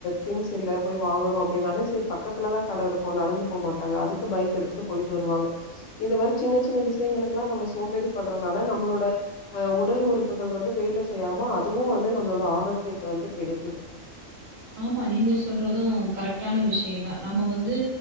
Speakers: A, on the left (about 85°); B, on the right (about 55°).
A: திங்ஸ் இல்ல போய் வாங்கணு அப்டின்னாலே சேரி பக்கத்துலதா கட இருக்கு நடந்து போமாட்டாங்க அதுக்கு பைக் எடுத்துட்டு போயிட்டு வருவாங்க இந்த மாரி சின்ன சின்ன விஷ்யங்களுக்குல்லா நம்ம சோம்பேறி படுறனால நம்மளோட அ உடல் உறுப்புகள் வந்து வேல செய்யாம அதுவு வந்து நம்மளோட ஆரோக்கியத்த வந்து கெடுக்குது
B: ஆமா நீங்க சொல்றது கரெட்டான விஷ்யந்தா நம்ம வந்து